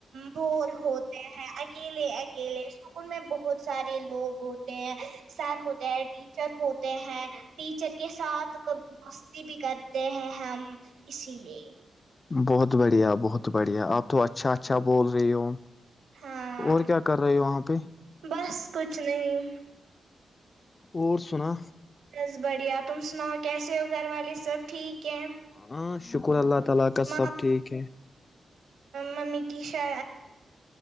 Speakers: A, on the right; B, on the left.
A: بور ہوتے ہیں اکیلے اکیلے سکول میں بہت سارے لوگ ہوتے ہیں سر ہوتے ہیں ٹیچر ہوتے ہیں ٹیچر کے ساتھ کب مستی بھی کرتے ہیں ہم اسی لیے
B: بہت بڑھیا بہت بڑھیا آپ تو اچھا اچھا بول رہی ہو
A: ہاں
B: اور کیا کر رہے وہاں پہ
A: بس کچھ نہیں
B: اور سنا
A: بس بڑھیا تم سناؤ کیسے ہو گھر والے سب ٹھیک ہیں
B: ہمم شکر اللہ تعالی کا
A: ماں
B: سب ٹھیک ہے
A: ممی کی شا